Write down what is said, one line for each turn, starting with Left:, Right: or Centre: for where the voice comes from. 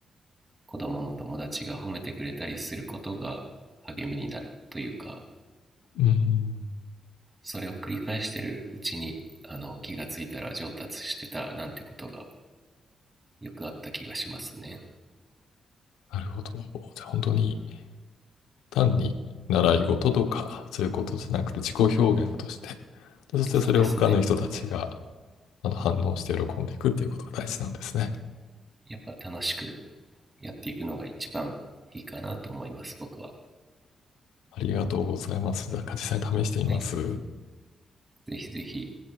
Right: 子供の友達が褒めてくれたりすることが励みになるというか
Left: うん。
Right: それを繰り返してるうちにあの気がついたら上達してたなんてことがよくあった気がしますね、
Left: なるほど。じゃあ本当に
Right: うん、
Left: 単に習い事とかそういうことじゃなくて自己表現として、でそしてそれを他の人たちが
Right: そうですね
Left: あの反応して喜んでいくっていうことが大事なんですね。
Right: やっぱ楽しくやっていくのが一番いいかなと思います僕は
Left: ありがとうございます。なんか実際に試してみます。
Right: はいぜひぜひ